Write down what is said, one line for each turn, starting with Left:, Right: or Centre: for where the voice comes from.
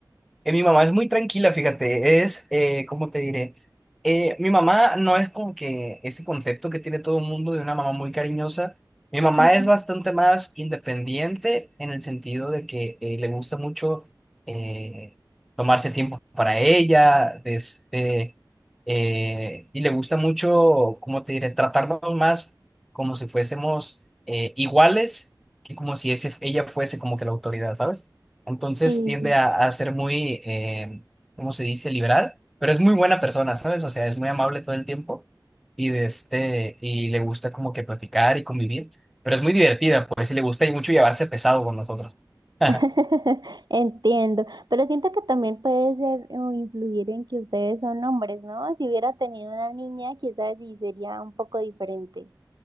Centre: Eh, mi mamá es muy tranquila, fíjate, es, eh, ¿cómo te diré? Eh, mi mamá no es como que ese concepto que tiene todo el mundo de una mamá muy cariñosa. Mi mamá
Right: <laughs>
Centre: es bastante más independiente en el sentido de que eh, le gusta mucho eh, tomarse tiempo para ella, de este, eh, y le gusta mucho, ¿cómo te diré? Tratarnos más como si fuésemos eh, iguales que como si ese, ella fuese como que la autoridad, ¿sabes? Entonces
Right: Sí,
Centre: tiende a, a ser muy, eh, ¿cómo se dice? Liberal, pero es muy buena persona, ¿sabes? O sea, es muy amable todo el tiempo y, de este, y le gusta como que platicar y convivir, pero es muy divertida, pues, y le gusta y mucho llevarse pesado con nosotros. <laughs>
Right: <laughs> entiendo, pero siento que también puede ser o influir en que ustedes son hombres, ¿no? Si hubiera tenido una niña, quizás sí sería un poco diferente.